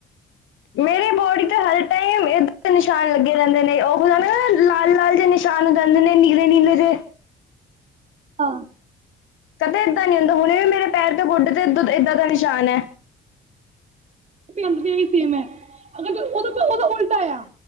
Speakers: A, on the left; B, on the right.
A: ਮੇਰੇ ਬੋਡੀ ਤੇ ਹਰ ਟਾਈਮ ਨਿਸ਼ਾਨ ਲੱਗੇ ਰਹਿੰਦੇ ਨੇ ਉਹ ਹੋਂਦੇ ਨਾ ਲਾਲ- ਲਾਲ ਜੇ ਨਿ- ਨਿਸਾਨ ਦੰਦੇ ਨੇ ਨੀਲੇ- ਨੀਲੇ ਜੇ
B: ਆ
A: ਕਦੇ ਏਦਾਂ ਨੀ ਹੁੰਦਾ, ਹੁਣੇ ਵੀ ਮੇਰੇ ਪੈਰ ਤੇ ਗੁੱਡੇ ਤੇ ਇਏ ਇਏਦਾਂ ਦਾ ਨਿਸ਼ਾਨ ਐ।
B: ਅੰਦਰ ਦੀਆਂ ਵੀ ਸੈਮ ਐ, ਅਗਰ ਉ ੳਦਾ ਦੋਂ ਉਲਟਾ ਆ।